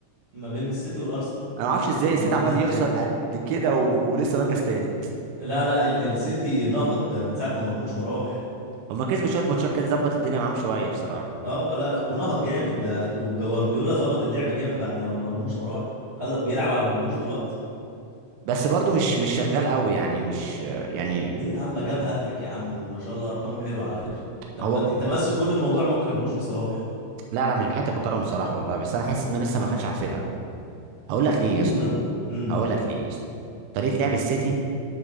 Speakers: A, on the right; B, on the right.
A: ما بين السيتي والأرسنال
B: انا ما اعرفش ازاي
A: على
B: السيتي
A: المركز
B: عمال
A: الثاني
B: يخسر قد كده و... ولسه مركز تالت
A: لا لا ال السيتي نهض من ساعة ما مرموش ما راح
B: هما كسبوا شويه ماتشات كده ظبط الدنيا معاهم شويه بصراحه
A: اه لا لا ونهض جامد ده جوارديولا ظبط اللعب جامد بعد ما مرموش ما راح خلى بيلعب على مرموش دلوقتي
B: بس برضو مش مش شغال قوي يعني مش يعني
A: ليه يا عم جاب هاتريك يا عم وما شاء الله أرقامه حلوة على فكرة طب
B: هو
A: ب-
B: ك...
A: انت بس كل الموضوع ما تقارنوش بصلاح
B: لا لا مش بحته بكرم صلاح والله بس انا حاسس انه لسه ما خدش على الفرقه هقول لك ليه
A: مين
B: يا اسطى
A: مرموش امم
B: هقول لك ليه يا اسطى طريقه لعب السيتي